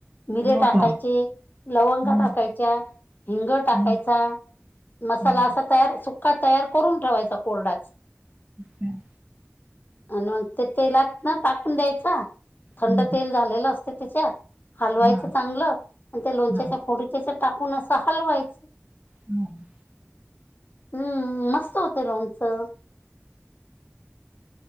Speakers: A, on the left (about 40°); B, on the right (about 30°).
A: मिरे
B: हो
A: टाकायचे
B: का
A: लवंगा
B: हम्म
A: टाकायच्या हिंग टाकायचा
B: हम्म
A: मसाला
B: हम्म
A: असा तयार सुका तयार करून ठेवायचा कोरडाच
B: त्या-
A: आण मग ते तेलात ना टाकून द्यायचा थंड
B: हम्म
A: तेल झालेलं असत त्याच्यात हलवायचं
B: हा
A: चांगलं आणि त्या लोणच्याच्या
B: हा हा
A: फोडी त्यात टाकून असं हलवायच
B: हं
A: हं मस्त होत लोणचं